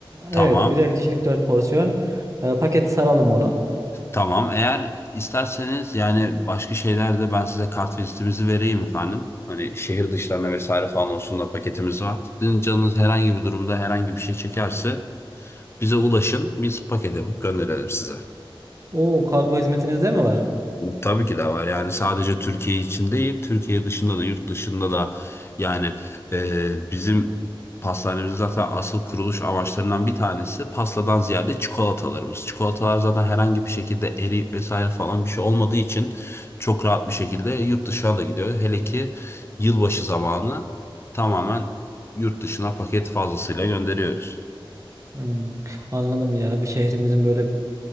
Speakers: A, on the left (about 30°); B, on the right (about 35°).
A: Tamam.
B: Evet, birer kişilik 4 porsiyon. Ee, paket saralım onu.
A: Tamam. Eğer isterseniz yani başka şeylerde ben size kart vizitimizi vereyim efendim. Hani şehir dışlarına vesaire falan olsun da paketimiz var. Sizin canınız herhangi bir durumda herhangi bir şey çekerse bize ulaşın. Biz paket yapıp gönderelim size.
B: Oo, kargo hizmetinizde mi var?
A: Tabii ki de var. Yani sadece Türkiye için değil, Türkiye dışında da, yurt dışında da yani e, bizim pastanemizin zaten asıl kuruluş amaçlarından bir tanesi pastadan ziyade çikolatalarımız. Çikolatalar zaten herhangi bir şekilde eriyip vesaire falan bir şey olmadığı için çok rahat bir şekilde yurt dışına da gidiyor. Hele ki yılbaşı zamanı tamamen yurt dışına paket fazlasıyla gönderiyoruz.
B: Hmm, anladım ya. Bir şehrimizin böyle